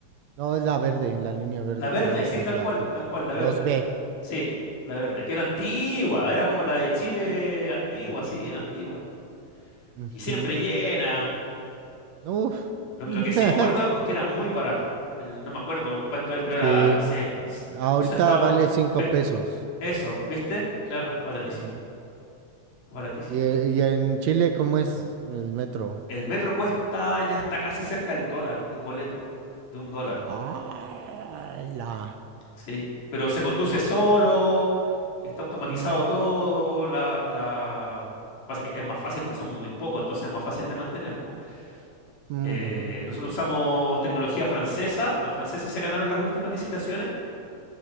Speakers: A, on the right; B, on the left.
A: No, es la verde, la línea verde,
B: La verde,
A: creo
B: sí,
A: que
B: tal
A: es la
B: cual,
A: t- t-
B: tal cual, la verde.
A: 2B.
B: Sí, la verde, que era antigua, era como la de Chile antigua,
A: Ujú,
B: sí, era antigua.
A: ujú.
B: Y siempre llena.
A: Uf.
B: Lo, lo
A: <laughs>
B: que sí me acuerdo es que era muy barato. El- no me acuerdo cuánto era, pero era,
A: Sí.
B: no sé, s-
A: Ahorita
B: dos centavos.
A: vale cinco
B: Ve-
A: pesos.
B: Eso, ¿viste? Claro, baratísimo,
A: Ujú.
B: baratísimo.
A: Y, eh, y en Chile, ¿cómo es el metro?
B: El metro cuesta, ya está casi cerca el dólar, el boleto, de un dólar.
A: ¡Hala!
B: Sí, pero se conduce solo, está automatizado
A: Mm,
B: todo, la, la... Pasa que es más fácil porque somos muy pocos, entonces es más fácil de mantener, po.
A: mm,
B: Eh,
A: ujú,
B: nosotros usamos tecnología francesa, los franceses se ganaron las últimas licitaciones